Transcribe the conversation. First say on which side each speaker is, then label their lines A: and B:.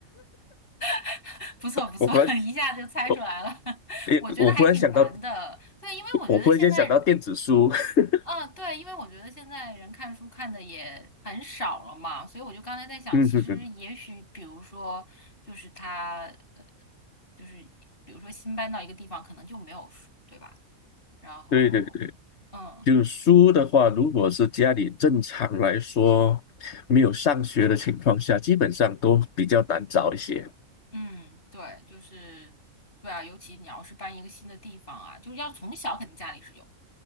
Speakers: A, on the left (about 40°); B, on the left (about 55°).
A: <laughs> 不错不错，
B: 我忽然，
A: 一下就猜出来了。
B: 我
A: <laughs>
B: 诶，
A: 我觉得还挺难的，
B: 我忽然想到，
A: 对，因为我觉得现在
B: 我忽然间想到电子书。<laughs>
A: 啊，对，因为我觉得现在人看书看的也很少了嘛，所以我就刚才在想，
B: 嗯
A: 其实也许，比如说，就是他，呃，就是比如说新搬到一个地方，可能就没有书，对吧？然后，
B: 对对对，
A: 嗯
B: 就是书的话，如果是家里正常来说没有上学的情况下，基本上都比较难找一些。
A: 嗯，对，就是对啊，尤其你要是搬一个新的地方啊，就是要从小肯定家里是有的。